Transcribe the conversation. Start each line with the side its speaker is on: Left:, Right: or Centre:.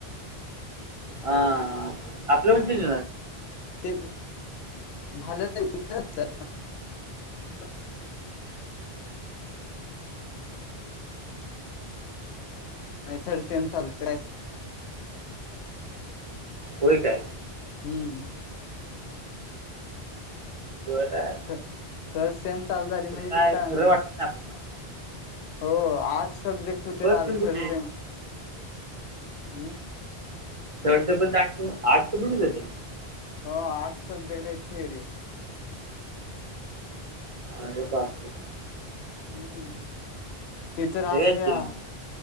Right: हा, आपल्या म्हणचेच
Left: ते झालं तर देत्याना. <inaudible> <inaudible> <inaudible> नाही थर्ड सेम चालूचत आहे स.
Right: होय काय
Left: हम्म
Right: बराय
Left: थ थर्ड सेम चालू झाली म्हणजे
Right: काय
Left: ती कळणा
Right: खरं वाटत
Left: राय
Right: नाही आपल्याला
Left: हो आर्ट सब्जेक्ट होते
Right: फर्स्ट
Left: अरे
Right: टीम कुठली
Left: थर्ड सेम अम्म.
Right: चडच पण आर्टच, आर्टच कूड देते.
Left: हो, आर्टस सबजेक्ट एक थएरीय.
Right: अर बापरे.
Left: अम्म ते रर
Right: लय
Left: असया.
Right: आहेत की रे मग